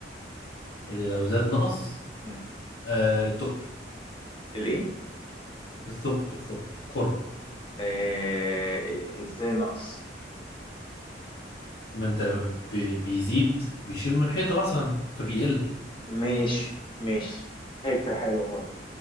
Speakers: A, on the left (about 65°); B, on the left (about 30°).
A: اللي لو زاد نقص
B: مم.
A: آه الثقب
B: الإيه؟
A: الثقب الثقب قرب
B: آه، إزاي نقص؟
A: ما انت لما بي- بي- بيزيد بيشيل من الحيطه مثلا فبيقل
B: ماشي ماشي فكرة حلوة برضه